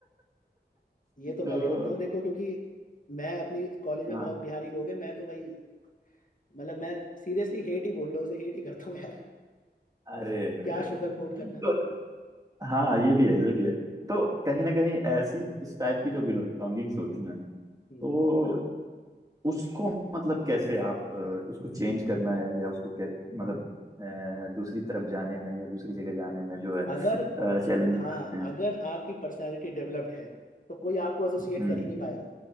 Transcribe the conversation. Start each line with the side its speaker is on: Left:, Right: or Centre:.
Left: ये तो
Right: तो
Left: मैं भी करता हूँ देखो क्योंकि मैं अपनी कॉलेज में
Right: हाँ
Left: बहुत बिहारी लोग हैं मैं तो भाई मतलब मैं सीरियसली हेट ही बोल रहा हूँ उसे हेट ही करता हूँ यार
Right: अरे
Left: <laughs>
Right: अरे
Left: क्या
Right: अरे।
Left: शुगर कोट करना
Right: तो हाँ ये भी है ये भी है तो कहीं ना कहीं ऐसी इस टाइप की जो बिलोंगिंग्स होती हैं तो
Left: हम्म
Right: उसको मतलब कैसे आप अ, उसको चेंज करना है या उसको कै मतलब अ, दूसरी तरफ जाने में या दूसरी जगह जाने में जो है
Left: अगर
Right: चैलेंजेस
Left: हाँ
Right: आते हैं
Left: अगर आपकी पर्सनालिटी डेवलप्ड है तो कोई आपको एसोसिएट
Right: हम्म
Left: कर ही नहीं पाएगा